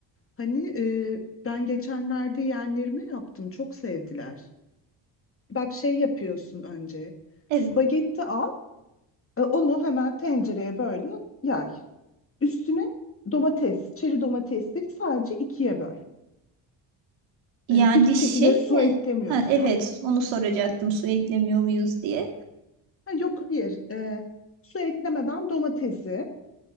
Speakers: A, on the left; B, on the right.
A: hani e, ben geçenlerde yeğenlerime yaptım çok sevdiler. Bak şey yapıyorsun önce
B: evet.
A: spagetti al e, onu hemen tencereye böyle yay. Üstüne domates, çeri domatesleri sadece ikiye böl.
B: Yani
A: Ee, hiçbir
B: şey
A: şekilde su
B: mi?
A: eklemiyorsun.
B: Ha, evet, onu soracaktım su eklemiyor muyuz diye.
A: Ha, yok hayır, Ee, su eklemeden domatesi,